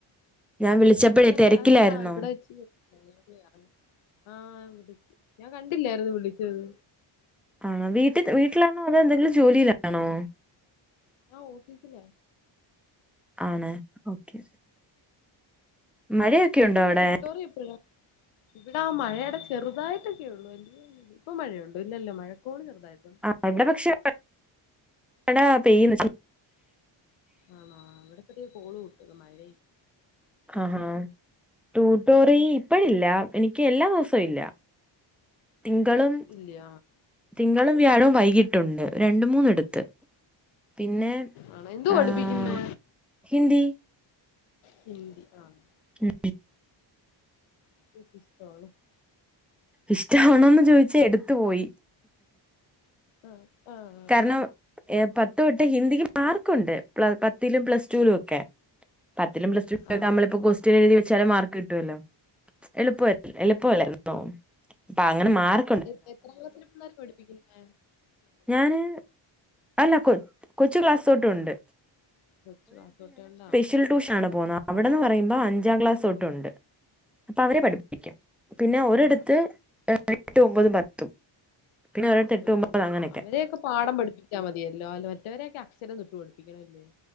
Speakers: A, in the centre; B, on the left (about 85°).
A: ഞാൻ വിളിച്ചപ്പോഴേ
B: ചെരക്കല്ല
A: തിരക്കിലായിരുന്നോ
B: അല്ല ഇവിടെ വെ ആഹ് വിള ഞാൻ കണ്ടില്ലായിരുന്നു വിളിച്ചത്
A: ആണോ വീട്ടിൽ വീട്ടിലാണോ അതോ എന്തെങ്കിലും ജോലില്ലാണോ
B: ആഹ് ഓഫീസില
A: ആണ് ഓക്കെ മഴയൊക്കെ
B: എപ്പഴാ
A: ഉണ്ടോ അവിടെ
B: ടൂട്ടോറി എപ്പഴ ഇവിടെ ആഹ് മഴയുടെ ചെറുതായിട്ടൊക്കെ ഉള്ളു ഇപ്പ മഴയണ്ട ഇല്ലല്ലോ മഴക്കോട് ചെറുതായിട്ടുണ്ട്
A: ആഹ് അവിടെ പക്ഷെ പച്ച
B: ആണോ ഇവിടത്തെ കോള് കിട്ട മഴ
A: ആഹാ ടൂട്ടോറി ഇപ്പഴല്ല എനിക്ക് എല്ലാ ദിവസവും ഇല്ല തിങ്കളും
B: ഇല്ല ആ
A: തിങ്കളും വ്യാഴവും വൈകിട്ടുണ്ട് രണ്ട് മൂന്നെടുത്ത് പിന്നെ
B: ആണോ എന്തു
A: ആഹ്
B: പഠിപ്പിക്കുന്നെ
A: ഹിന്ദി
B: ഹിന്ദി ആണ്
A: ഉം
B: <unintelligible>
A: ഇഷ്ടാവണന്ന് ചോദിച്ചാ എടുത്തു പോയി
B: ആഹ് ആഹ്
A: കാരണം പത്ത് തൊട്ട് ഹിന്ദിക്ക് മാർക്കുണ്ട് പ പത്തിലും പ്ലസ് ടുവിലും ഒക്കെ പത്തിലും പ്ലസ്ടുക്കെ
B: ആഹ്
A: നമ്മളിപ്പോ കൊസ്‌റ്റ്യൻ എഴുതി വച്ചാലും മാർക്ക് കിട്ടുമല്ലോ എളുപ്പ എളുപ്പൊല്ലാന്നോ അപ്പൊ അങ്ങനെ മാറി
B: എ എത്ര ക്ലാസ്ലെ പിള്ളോര് പഠിപ്പിക്ക്ന്നെ
A: ഞാന് അല്ല കൊ കൊച്ച് ക്ലാസ്സ് തൊട്ടൊണ്ട്
B: കൊറച്ച് ക്ലാസ്സൊട്ടേയൊണ്ടാ
A: ഷ്യൽ ടൂഷാണ് പോന്ന അവിടെന്ന് പറയുമ്പോ അഞ്ചാം ക്ലാസൊട്ടൊണ്ട് അപ്പവരെ പഠിപ്പിക്കും പിന്നെ ഒരെടത്ത്
B: ആഹ്
A: ഏഹ് എട്ട് ഒമ്പതും പത്തും പിന്നെ ഒരിടത്ത്
B: ട്ട്
A: എട്ട്
B: ഒമ്പത് പത്ത്
A: അങ്ങനെയൊക്കെ
B: അവരെയൊക്കെ പാഠം പഠിപ്പിച്ചാ മതിയല്ലോ അല്ല മറ്റവരെക്കെ അക്ഷരം തൊട്ട് പഠിപ്പിക്കണല്ലേ